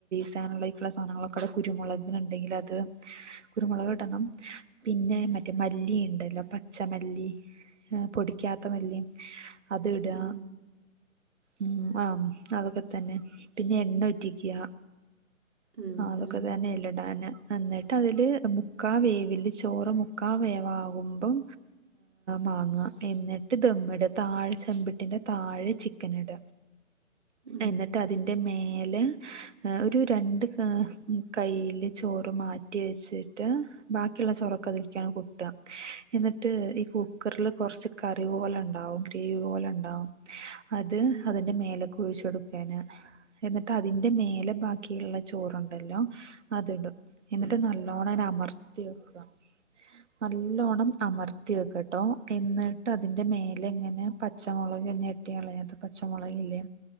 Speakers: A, on the right (about 55°); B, on the right (about 40°).
A: സാധനങ്ങളക്കെ അടെ കുരുമുളകിനുണ്ടെങ്കിൽ അത് കുരുമുളകിടണം പിന്നെ മറ്റേ മല്ലി ഉണ്ടല്ലോ <unintelligible> പച്ച മല്ലി പൊടിക്കാത്ത മല്ലിയി അത് ഇടുക
B: ഉം
A: ഉം ആഹ് അതൊക്കെ തന്നെ പിന്നെ എണ്ണ ഒറ്റിക്കുക
B: ഉം
A: ആ അതൊക്കെ
B: ഉം
A: തന്നെ ഇല്ലഇടാന് എന്നിട്ട് അതില് മുക്കാവേവില് ചോറ് മുക്കാ വേവാകുമ്പം വാങ്ങ എന്നിട്ട് ദമ്മിട താഴെ ചെമ്പിട്ടിന്റെ താഴെ ചിക്കൻ ഇട
B: ഉം
A: എന്നിട്ട് <unintelligible> മേല ഒരു രണ്ട് കയ്യില് ചോറ് മാറ്റി വെച്ചിട്ട് <unintelligible> ബാക്കി ഒള്ള ചോറൊക്കെ <unintelligible> എന്നിട്ട് ഈ കുക്കറിൽ കുറച്ച് കറി പോലെ ഉണ്ടാവും ഗ്രേവി പോലെ ഉണ്ടാവും അത്
B: ഉം ഉം
A: അതിന്റെ മേലൊക്കെ ഒഴിച്ച കൊടുക്കാന <unintelligible> എന്നിട്ട് അതിന്റെ മേലെ ബാക്കിയുള്ള ചോറുണ്ടല്ലോ അത് ഇടും എന്നിട്ട് നല്ലോണം <unintelligible>
B: <unintelligible>
A: നല്ലോണ്ണം അമർത്തി വെക്കട്ടോ എന്നിട്ട് അതിൻ്റെ മേലെ ഇങ്ങനെ പച്ചമുളക് <unintelligible> <unintelligible> പച്ചമുളകലില്ലേ